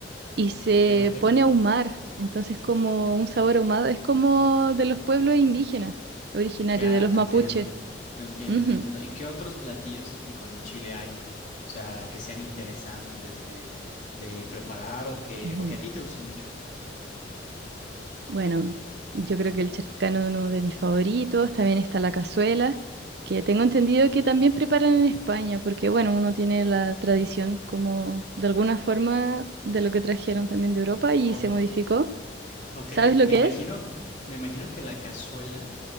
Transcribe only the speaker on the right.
y se
pone a ahumar. Entonces, como un sabor ahumado, es como de los pueblos indígenas, originario
de los
mapuches.
Ujú.
Ujú.
Bueno, yo creo que el charquicano es uno de mis favoritos. También está la cazuela, que tengo entendido que también preparan en España, porque bueno, uno tiene la tradición como de alguna forma de lo que trajeron también de Europa y
se modificó.
¿Sabes lo
que
es?